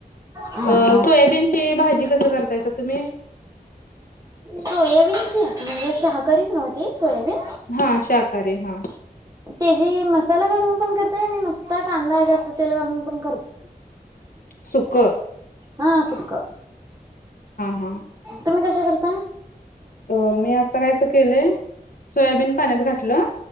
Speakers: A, on the right; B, on the left.
A: हा
B: अ
A: हा
B: सोयाबीनची भाजी कसं करतायसा तुम्ही
A: सोयाबीनची म्हणजे, शाहाकारीच नव्हती सोयाबीन,
B: हा शाकाहारी हा
A: ते जी मसाला गरम पण करताय आणि नुसतात कांदा जास्त तेल घून पण करत
B: सुख
A: हा सुखख,
B: हा
A: तुम्ही कशा करताय?
B: तर मी आता कायस केलंय, सोयाबीन पाण्यात घातलं